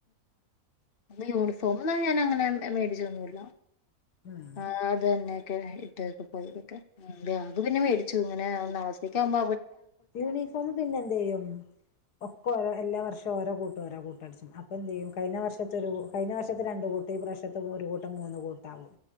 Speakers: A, on the left; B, on the left.
A: ഇന്ന് യൂണിഫ് ഫോംന്നും ഞാൻ അങ്ങനെ മേടിച്ച ഒന്നുമില്ല
B: ഉം
A: ആഹ് അതന്നെ. ഇട്ടോതൊക്കെ പോയിരിക്കെ ബാഗ് പിന്നെ മേടിച്ചു ഇങ്ങനെ ഒന്ന നാസ്സ്ഥക്കാവുമ്പ
B: യൂണിഫോം പിന്നെ എന്ത്‌ചെയ്യും ഒക്ക ഓരോ എല്ലാ വർഷവും ഓര കൂട്ട ഓര കൂട്ടടിച്ചും അപ്പം എന്ത് ചെയ്യും കഴി ഞ്ഞ വർഷത്ത ഒരു കഴിഞ്ഞ വർഷത്തെ രണ്ട് കൂട്ട ഈ പ്രാവശത്തത്ത് ഒരു കൂട്ടം മൂന്ന് കൂട്ടാകും.